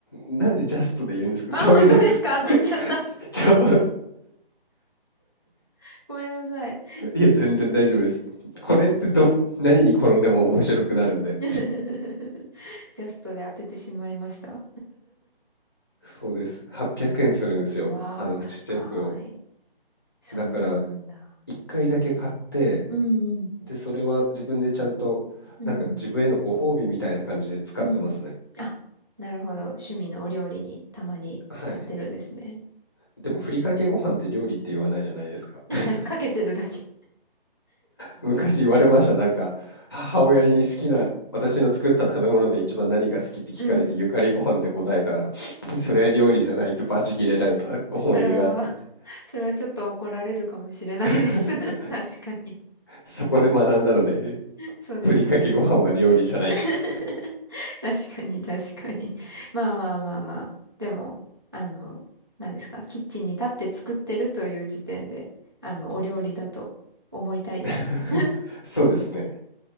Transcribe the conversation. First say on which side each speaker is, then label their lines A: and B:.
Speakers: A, on the left; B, on the right.
A: なんでジャストで言うんですかそういうのって、
B: あ、本当ですか当たっちゃった。
A: <laughs> ぜちちょ、
B: <laughs> ごめんなさい。
A: いや、全然大丈夫です。これってど、何に転んでも面白くなるんで。
B: <laughs> ジャストで当ててしまいました。
A: そうです。800円するんですよ。
B: わあ、
A: あの、
B: 高い。
A: ちっちゃい袋。
B: そうなんだ。
A: だから、1回だけ買って、
B: うんうん、
A: で、それは自分でちゃんと、
B: うん、
A: なんか自分へのご褒美みたいな感じで使ってますね。
B: うん。あ、なるほど。趣味のお料理にたまに使ってるんですね。
A: はい。でも、ふりかけご飯って料理って言わないじゃないですか。
B: <laughs>
A: <laughs>
B: かけてるだけ。
A: 昔言われました。なんか、母親に好きな、私の作った食べ物で一番何が好きって聞かれて、
B: うん。
A: ゆかりご飯で答えたら、<laughs> それは料理じゃないってバチ切れられた思い出があったね。
B: それは、<laughs> それはちょっと怒られるかもしれないです。
A: <laughs>
B: <laughs> 確かに。
A: そこで学んだので、
B: そうですね。
A: ふりかけご飯は料理じゃないって。
B: <laughs> 確かに、確かに。まあまあまあまあ。でも、あの、何ですか、キッチンに立って作ってるという時点で、あの、お料理だと思いたいです。
A: <laughs>
B: <laughs>
A: そうですね。